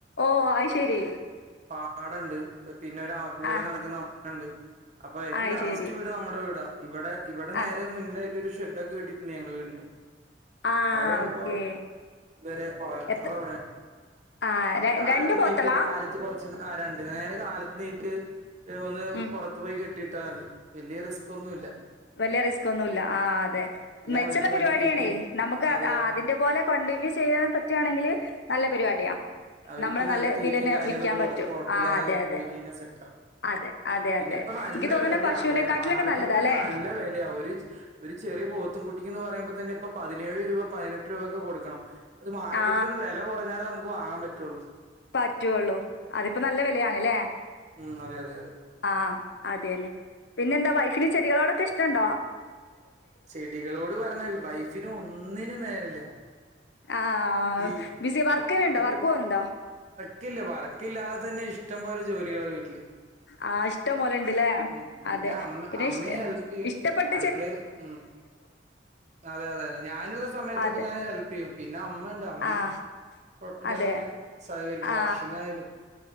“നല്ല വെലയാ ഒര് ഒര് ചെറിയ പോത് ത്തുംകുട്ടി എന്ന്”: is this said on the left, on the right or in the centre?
Right